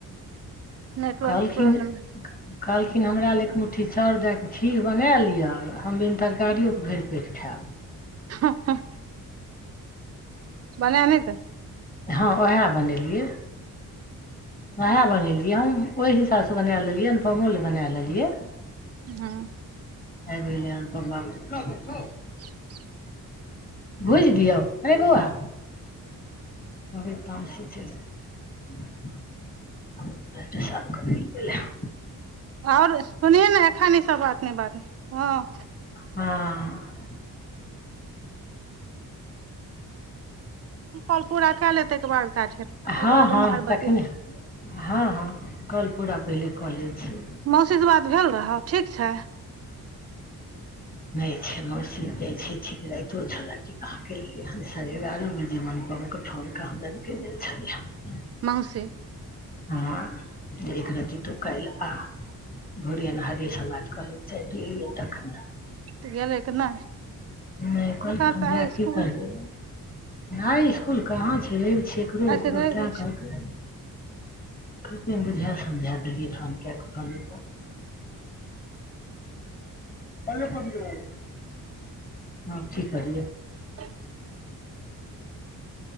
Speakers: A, on the right; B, on the left.
A: नेटवर्क
B: कहलखिन
A: प्रॉब्लम
B: कहलखिन हमरा ले एक मुट्ठी चाउर दएके खीर बना लिअ हम तरकारियोके भरि पेट खेएब
A: हँ हँ बनेय नहि दे
B: हँ उएह बनेलियै उएह बनेलियै हम ओहि हिसाब सँ बना लेलियै आहू लए बना लेलियै
A: हँ
B: आइब गेले अनुपम बाबू
A: <inaudible>
B: भुइज दियौ अरे बौआ कहबे तामशे <unintelligible> पेशाब करे लऽ गेले हन
A: आओर सुनही नऽ एखन ई सब बात नहि बाजही हँ
B: हँ
A: ई कॉल पूरा कऽ ले तैके बाद काटहीन ते
B: हँ
A: के बाद
B: हँ
A: उम्हर
B: तखने
A: बतीयेहन
B: हँ हँ कॉल पूरा पहिले कऽ ले छीये
A: मौसी सऽ बात भेल रहौ ठीक छै
B: नहि छै मौसी जाइ छै ठीक राइतो छौरा की कहाँ केलकै ह साढ़े एगारह बजे मन अनुपम कऽ फोन कहा दन केने छलियह
A: मौसी
B: हँ जे एक रति तू काल्हि आ भूरे अनहारे समाद कहलक <unintelligible>
A: तऽ गेलै कि नहि
B: नहि कहलकै
A: एखन
B: हम
A: तऽ
B: जाकऽ
A: आइ
B: की
A: स्कुल
B: करबै आई स्कूल कहाँ छै रवि छै एकरो
A: आइ
B: ओकरो
A: तऽ रवि
B: तैं
A: छै
B: कहलके कहलकै बुझा सुझा देलियै फोन कए कऽ फोने पर <unintelligible> आब की करियै
A: <unintelligible>